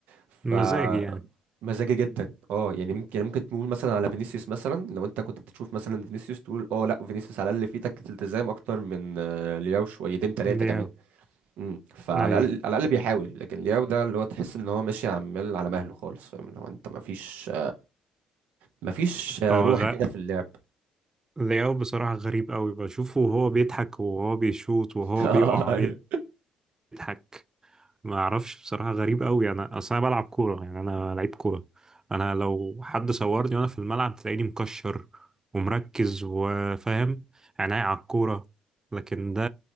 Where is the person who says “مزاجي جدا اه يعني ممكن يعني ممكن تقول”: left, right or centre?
Right